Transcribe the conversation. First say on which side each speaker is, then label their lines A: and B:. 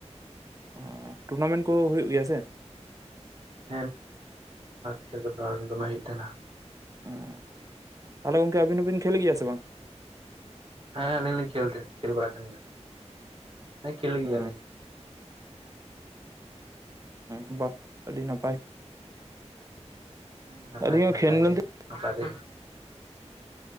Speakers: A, on the right; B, on the right.
A: ᱚ ᱴᱩᱨᱱᱟᱢᱮᱱ ᱠᱚ ᱦᱩᱭᱩᱜ ᱜᱮᱭᱟ ᱥᱮ᱾
B: <unintelligible> ᱠᱷᱮᱞ ᱫᱚ ᱫᱚᱢᱮ ᱦᱩᱭᱩᱜ ᱛᱟᱦᱮᱱᱟ᱾
A: ᱚ ᱛᱟᱦᱚᱞᱮ ᱜᱚᱝᱠᱮ ᱟᱹᱵᱤᱱ ᱦᱚᱸᱵᱤᱱ ᱠᱷᱮᱞ ᱜᱮᱭᱟ ᱥᱮ ᱵᱟᱝ?
B: ᱦᱮᱸ ᱟᱹᱞᱤᱧ ᱞᱤᱧ ᱠᱷᱮᱞ ᱛᱟᱦᱮ ᱠᱷᱮᱞ ᱵᱟᱲᱟ ᱛᱟᱦᱮ ᱜᱮᱭᱟ ᱦᱮᱸ ᱠᱷᱮᱞ ᱜᱮᱭᱟᱞᱤᱧ᱾
A: ᱚ ᱮ ᱵᱟ! ᱟᱹᱰᱤ ᱱᱟᱯᱟᱭ
B: ᱦᱮᱸ ᱱᱟᱯᱟᱭ
A: ᱟᱹᱞᱤᱧ
B: ᱫᱚ
A: ᱦᱚᱸ
B: ᱱᱟᱯᱟᱭ
A: ᱠᱷᱮᱞ ᱢᱮᱱᱛᱮ
B: ᱜᱮ, <unintelligible> ᱱᱟᱯᱟᱭ ᱫᱚ